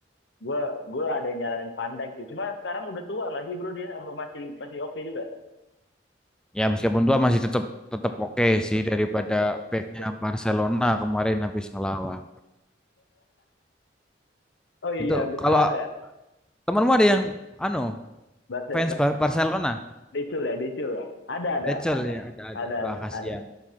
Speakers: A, on the left (about 85°); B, in the centre.
A: Gue gue ada yang nyaranin pandai sih. Cuma sekarang udah tua nggak sih bro dia? Apa masih masih oke juga?
B: Ya meskipun tua masih tetap tetap oke
A: Terus
B: sih daripada
A: bisa dicoba.
B: backnya Barcelona kemarin habis ngelawan.
A: Oh iya,
B: Itu
A: habis
B: kalau
A: kalah ya.
B: temanmu ada yang anu
A: Bate,
B: fans
A: Bate-
B: Bar- Barcelona,
A: Decul ya, Decul. ya. Ada, ada,
B: ada cel
A: ada.
B: ya, ada
A: Ada,
B: ada. Wah,
A: ada,
B: kasihan.
A: ada.